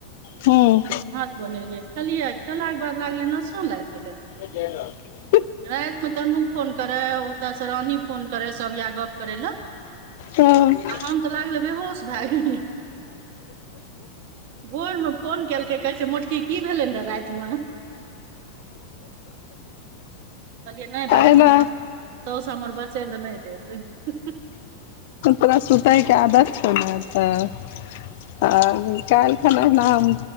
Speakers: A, on the left; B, on the right.
A: हँ
B: भात बनेलियै खेलियै खेलाके बाद लागलै नशा लागि गेलै
A: <unintelligible>
B: रातिमे तनू फोन करे ओतसँ रानी फोन करे सब या गप करै लए
A: हँ
B: हम तऽ लागले बेहोश भए गेलै भोरम फोन केलकै कहै छै मोटकी की भेलै र रातिमे कहलियै नहि बाजी
A: एना
B: ने सौस हमर बचै लए नहि देत
A: तोरा सुतैके आदत छौ ने तऽ आ काल्हि खन ओहिना हम